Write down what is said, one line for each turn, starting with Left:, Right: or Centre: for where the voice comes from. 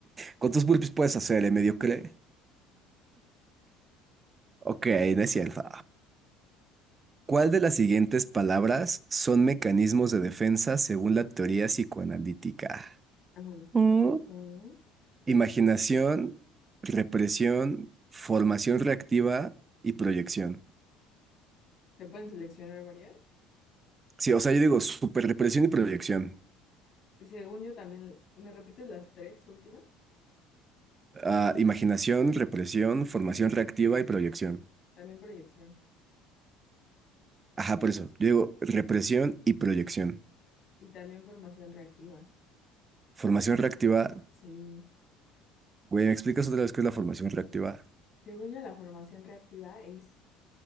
Right: ¿Cuántos burpees puedes hacer, eh, mediocre? Ok, no es cierto. ¿Cuál de las siguientes palabras son mecanismos de defensa según la teoría psicoanalítica?
Left: bueno.
Right: Mm,
Left: Ujú.
Right: Imaginación, represión, formación reactiva y proyección.
Left: ¿Se pueden seleccionar varias?
Right: Sí, o sea, yo digo superrepresión y proyección.
Left: Y Según yo también, ¿me repites las tres últimas?
Right: Ah, imaginación, represión, formación reactiva y proyección.
Left: También proyección
Right: Ajá, por eso. Yo digo represión y proyección.
Left: y también formación reactiva.
Right: Formación reactiva.
Left: Sí,
Right: Güey, ¿me explicas otra vez qué es la formación reactiva?
Left: según yo la formación reactiva es